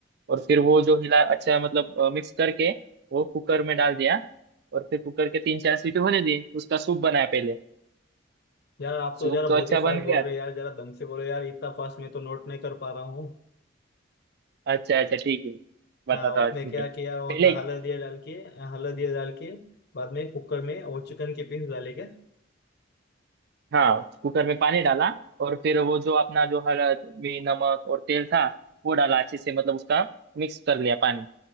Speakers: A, on the right (about 55°); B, on the left (about 55°).
A: और फिर वो जो हिला अच्छा मतलब मिक्स करके वो कुकर में डाल दिया और फिर कुकर के तीन चार सीटी होने दी उसका सूप बनाया पहले
B: यार आप तो
A: सूप
B: जरा
A: तो
B: बहुत
A: अच्छा
B: ही फास्ट
A: बन
B: बोल
A: गया
B: रहे हो यार जरा दम से बोलो यार इतना फास्ट मैं तो नोट नहीं कर पा रहा हूँ
A: अच्छा अच्छा ठीक है बताता
B: हाँ आपने
A: हूँ ठीक
B: क्या
A: है पहले
B: किया वो मतलब हल्दिया डाल के हल्दिया डाल के बाद में कुकर में वो चिकन के पीस डाले क्या
A: हाँ कुकर में पानी डाला और फिर वो जो अपना जो हल्द में नमक और तेल था वो डाला अच्छे से मतलब उसका मिक्स कर लिया पानी